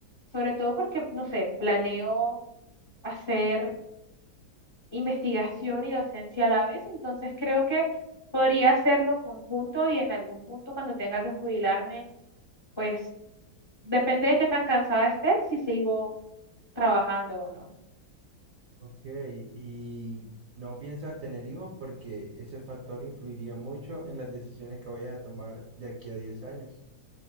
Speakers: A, on the left; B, on the right.
A: sobre todo porque, no sé, planeo hacer investigación y docencia a la vez, entonces creo que podría hacerlo conjunto y en algún punto cuando tenga que jubilarme, pues depende de qué tan cansada esté, si sigo trabajando o no.
B: Ok, ¿y no piensas tener hijos porque ese factor influiría mucho en las decisiones que vayas a tomar de aquí a diez años?